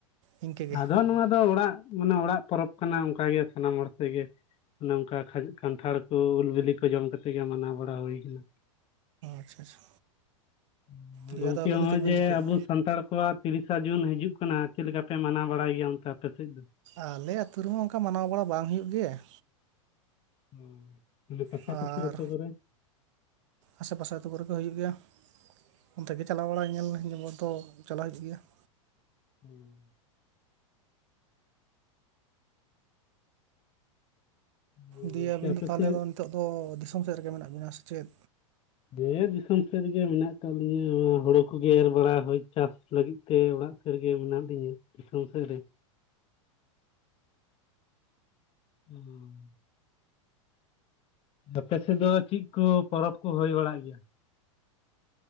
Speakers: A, on the right (about 65°); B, on the left (about 35°).
A: ᱤᱱᱠᱟᱹ ᱜᱮ
B: ᱟᱫᱚ ᱱᱚᱣᱟ ᱫᱚ ᱚᱲᱟᱜ, ᱢᱟᱱᱮ ᱚᱲᱟᱜ ᱯᱚᱨᱚᱵ ᱠᱟᱱᱟ ᱚᱱᱠᱟ ᱜᱮ ᱥᱟᱱᱟᱢ ᱦᱚᱲ ᱛᱮ ᱜᱮ ᱚᱱᱮ ᱚᱱᱠᱟ ᱠᱟᱱᱴᱷᱟᱲ ᱠᱚ ᱩᱞ ᱵᱤᱞᱤ ᱡᱚᱢ ᱠᱟᱛᱮ ᱜᱮ ᱢᱟᱱᱟᱣ ᱵᱟᱲᱟ ᱦᱩᱭ ᱟᱠᱟᱱᱟ᱾
A: ᱟᱪᱪᱷᱟ ᱟᱪᱪᱷᱟ
B: <unintelligible>
A: ᱫᱤᱭᱮ
B: ᱜᱚᱝᱠᱮ
A: ᱟᱫᱚ ᱟᱹᱵᱤᱱ
B: ᱦᱚᱸᱜᱼᱚᱭ
A: ᱫᱚ ᱪᱮᱫ ᱵᱤᱱ
B: ᱡᱮ
A: ᱪᱤᱠᱟᱹᱭᱮᱫᱼᱟ
B: ᱟᱵᱚ ᱥᱟᱱᱛᱟᱲ ᱠᱚᱣᱟᱜ? ᱛᱤᱨᱤᱥᱟ ᱡᱩᱱ ᱦᱤᱡᱩᱜ ᱠᱟᱱᱟ ᱪᱮᱜ ᱞᱮᱠᱟ ᱯᱮ ᱢᱟᱱᱟᱣ ᱵᱟᱲᱟᱭ ᱜᱮᱭᱟ ᱚᱱᱛᱮ ᱟᱯᱮ ᱥᱮᱜ ᱫᱚ?
A: ᱟᱞᱮ ᱟᱹᱛᱩ ᱨᱮᱢᱟ ᱚᱱᱠᱟ ᱢᱟᱱᱟᱣ ᱵᱟᱲᱟ ᱵᱟᱝ ᱦᱩᱭᱩᱜ ᱜᱮ ᱾
B: <unintelligible> ᱯᱟᱥᱟ
A: ᱟᱨ
B: ᱯᱟᱥᱤ ᱟᱹᱛᱩ ᱠᱚᱨᱮ?
A: ᱟᱥᱮ ᱯᱟᱥᱮ ᱟᱹᱛᱩ ᱠᱚᱨᱮᱜ ᱫᱚ ᱦᱩᱭᱩᱜ ᱜᱮᱭᱟ, ᱚᱱᱛᱮ ᱜᱮ ᱪᱟᱞᱟᱣ ᱵᱟᱲᱟ ᱧᱮᱞ <unintelligible> ᱫᱚ ᱪᱟᱞᱟᱣ ᱦᱩᱭᱩᱜ ᱜᱮᱭᱟ ᱾
B: <unintelligible> ᱜᱚᱝᱠᱮ
A: ᱫᱤᱭᱮ ᱟᱹᱵᱤᱱ
B: ᱟᱯᱮ
A: ᱫᱚ ᱛᱟᱦᱞᱮ
B: ᱥᱮᱫ
A: ᱫᱚ ᱱᱤᱛᱚᱜ ᱫᱚ ᱫᱤᱥᱚᱢ ᱥᱮᱜ ᱨᱮᱜᱮ ᱢᱮᱱᱟᱜ ᱵᱤᱱᱟ ᱥᱮ ᱪᱮᱫ?
B: <unintelligible> ᱫᱤᱥᱚᱢ ᱥᱮᱜ ᱨᱮᱜᱮ ᱢᱮᱱᱟᱜ ᱠᱟᱜ ᱞᱤᱧᱟᱹ ᱦᱳᱲᱳ ᱠᱚᱜᱮ ᱮᱨ ᱵᱟᱲᱟ ᱦᱳᱭ ᱪᱟᱥ ᱞᱟᱹᱜᱤᱫ ᱛᱮ ᱚᱲᱟᱜ ᱥᱮᱜ ᱨᱮᱜᱮ ᱢᱮᱱᱟᱜ ᱞᱤᱧᱟᱹ ᱫᱤᱥᱚᱢ ᱥᱮᱜ ᱨᱮ ᱾ ᱚ <unintelligible> ᱟᱯᱮ ᱥᱮᱜ ᱫᱚ ᱪᱮᱜ ᱠᱚ ᱯᱚᱨᱚᱵᱽ ᱠᱚ ᱦᱩᱭ ᱵᱟᱲᱟᱜ ᱜᱮᱭᱟ?